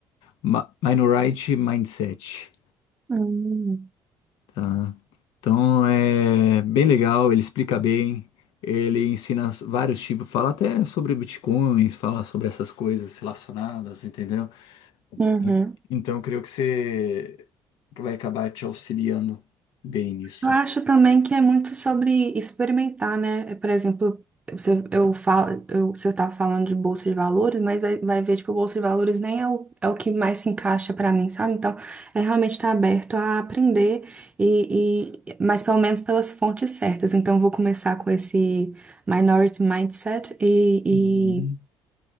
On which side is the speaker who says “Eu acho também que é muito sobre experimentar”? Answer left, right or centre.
Right